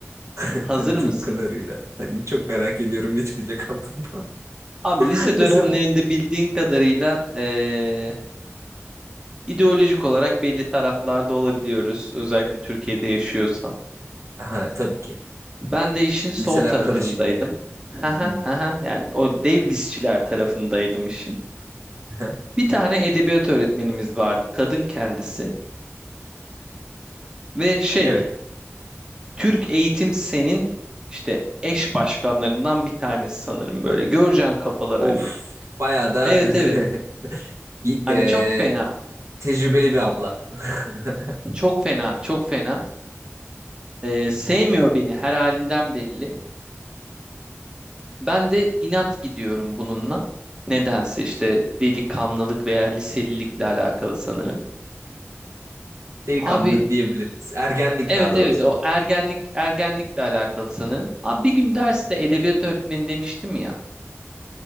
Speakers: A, on the right (about 80°); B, on the right (about 15°).
A: <laughs>
B: hazır
A: Tanıtım
B: mısın?
A: kadarıyla. Hani çok merak ediyorum ne çıkacak altından.
B: Abi
A: <laughs>
B: lise dönemlerinde
A: Hazırım.
B: bildiğin kadarıyla eee, ideolojik olarak belli taraflarda olabiliyoruz özellikle Türkiye'de yaşıyorsan.
A: Ha tabii ki.
B: Ben de işin sol
A: Liseler
B: tarafındaydım.
A: karışık bir de.
B: Haha,
A: Hmm,
B: haha. Yani o dev
A: hmm.
B: listçiler tarafındaydım işin.
A: <laughs>
B: Bir tane edebiyat öğretmenimiz vardı, kadın kendisi ve şey,
A: Evet.
B: Türk Eğitim Sen'in işte eş başkanlarından bir tanesi sanırım böyle. Göreceğin kafalar
A: Of.
B: hani.
A: Bayağı da
B: Evet evet.
A: <laughs> y-
B: Hani
A: e,
B: çok fena,
A: tecrübeli bir abla. <laughs>
B: çok fena, çok fena. Ee, sevmiyor beni her halinden belli. Ben de inat gidiyorum bununla. Nedense işte delikanlılık veya liselilikle alakalı sanırım.
A: Delikanlılık
B: Abi
A: diyebiliriz. Ergenlik
B: Evet
A: daha doğrusu.
B: evet o ergenlik ergenlikle alakalı sanırım. Abi bir gün derste edebiyat öğretmeni demiştim ya.